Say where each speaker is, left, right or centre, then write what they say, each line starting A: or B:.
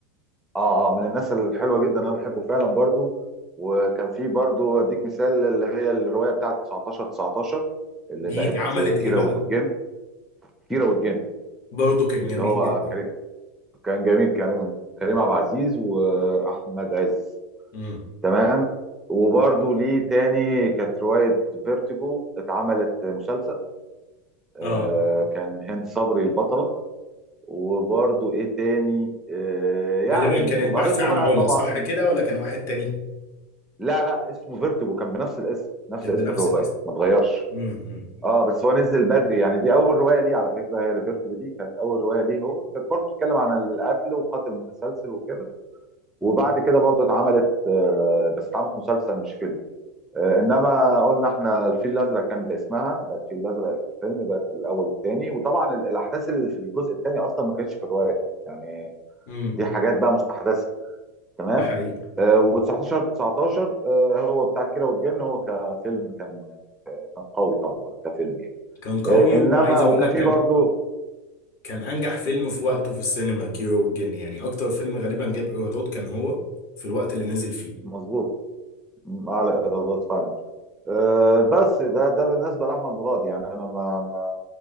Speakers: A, in the centre; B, on the left.
A: اه اه من الناس الحلوة جدا انا بحبه فعلا برضو وكان في برضو اديك مثال اللي هي الرواية بتاعت 19 19 اللي
B: دي
A: بقت
B: اتعملت إيه
A: كيرة
B: بقى
A: والجن كيرة والجن
B: برضه كان جميل
A: اللي هو
B: جدا
A: كان جميل كريم كريم عبد العزيز واحمد عز
B: امم
A: تمام وبرضه ليه تاني كانت روايه فيرتيجو اتعملت مسلسل آه
B: آه
A: كان هند صبري البطله وبرضه ايه تاني آه يعني
B: غالبا كان
A: وقريت
B: البحث عن
A: له بقى
B: علا
A: طبعا
B: صح كده ولا كان واحد تاني
A: لا لا اسمه فيرتيجو كان بنفس الاسم نفس
B: كان
A: اسم
B: بنفس
A: الروايه
B: الاسم
A: ما اتغيرش
B: امم امم
A: اه بس هو نزل بدري يعني دي اول روايه ليه على فكره هي لفيرتيجو دي كانت اول روايه ليه هو كانت برضه بتتكلم عن القتل وقاتل متسلسل وكده وبعد كده برضه اتعملت آه، بس اتعملت مسلسل مش فيلم آه، انما قلنا احنا الفيل الازرق كان باسمها بقت الفيل الازرق الفيلم بقت الاول والثاني وطبعا ال- الاحداث اللي في الجزء الثاني اصلا ما كانتش في الروايه يعني
B: امم
A: دي حاجات بقى مستحدثه تمام
B: ده حقيقي
A: و19 19 هو بتاع كيرة والجن هو كفيلم كان كان قوي طبعا كفيلم يعني
B: كان قوي
A: آه،
B: وعايز
A: انما
B: اقول
A: وكان
B: لك
A: فيه
B: كان
A: برضه
B: كان انجح فيلم في وقته في السينما كيرة والجن يعني اكتر فيلم غالبا جاب ايرادات كان هو في الوقت اللي نزل فيه
A: مظبوط م- اعلى ايرادات فعلا آه، بس ده ده بالنسبه لاحمد مراد يعني انا ما